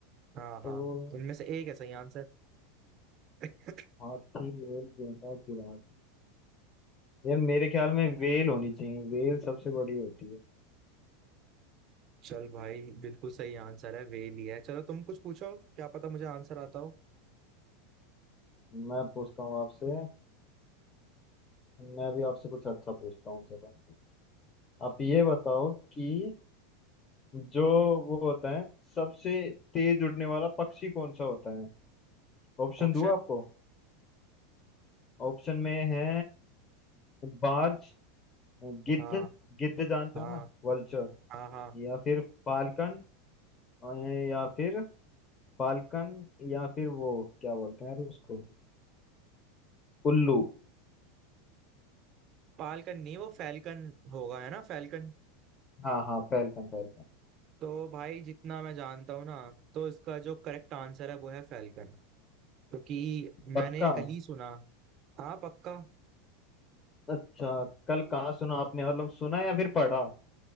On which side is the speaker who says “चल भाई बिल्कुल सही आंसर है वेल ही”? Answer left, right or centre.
Right